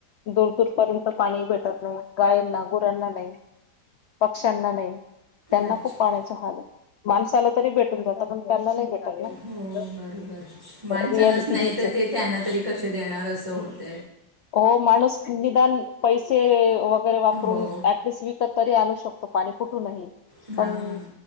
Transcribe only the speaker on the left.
दूर दूरर्ंत पाणी भेटत नाही, गायंना गुरांना नाही, पक्ष्यांना नाही. त्यांना
खूप पाण्याचा हाल आहे. माणसाला तरी भेटून जातं, पण त्यांना नाही भेटत.
रियालिटी
हीच
आहे.
हो माणूस निदान पैसे वगैरे वापरून
ऍटलिस्ट विकत तरी आणू शकतो पाणी कुठूनही.
पण